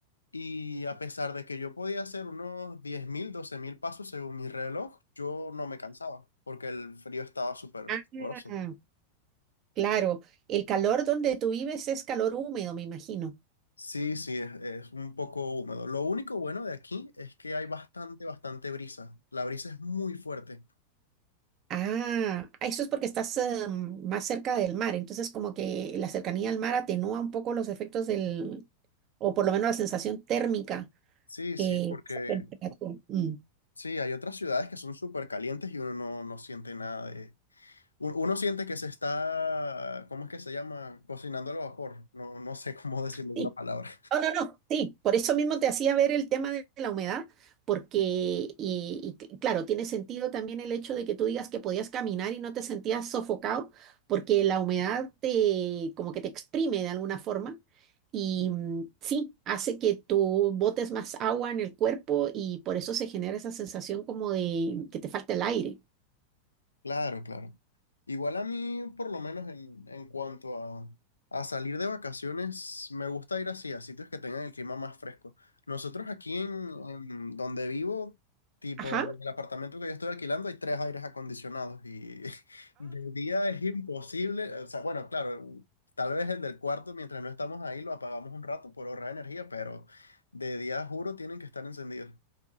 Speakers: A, on the left; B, on the right.
A: Y a pesar de que yo podía hacer unos diez mil doce mil pasos según mi reloj, yo no me cansaba porque el frío estaba súper
B: Ah,
A: sabroso.
B: claro, el calor donde tú vives es calor húmedo, me imagino.
A: Sí, sí, es, es un poco húmedo. Lo único bueno de aquí es que hay bastante, bastante brisa. La brisa es muy fuerte.
B: Ah, ah, eso es porque estás eh, más cerca del mar, entonces como que la cercanía al mar atenúa un poco los efectos del, o por lo menos la sensación térmica.
A: Sí, sí,
B: eh,
A: porque
B: esa temperatura. Mm.
A: sí, hay otras ciudades que son súper calientes y uno no, no siente nada de, u- uno siente que se está, ¿cómo es que se llama? Cocinando al vapor. No, no sé cómo decirlo en
B: Sí.
A: una palabra.
B: No, no, no, sí, por eso mismo te hacía ver el tema de la humedad, porque, y, y c- claro, tiene sentido también el hecho de que tú digas que podías caminar y no te sentías sofocado, porque la humedad te, como que te exprime de alguna forma, y mm, sí, hace que tú botes más agua en el cuerpo y por eso se genera esa sensación como de que te falta el aire.
A: Claro, claro. Igual a mí, por lo menos en, en cuanto a, a salir de vacaciones, me gusta ir así, a sitios que tengan el clima más fresco. Nosotros aquí en, en donde vivo, tipo
B: Ajá.
A: en el apartamento que yo estoy alquilando, hay tres aires acondicionados y <laughs> de día es imposible. O sea, bueno, claro, tal vez el del cuarto, mientras no estamos ahí, lo apagamos un rato por ahorrar energía, pero de día, juro, tienen que estar encendidos.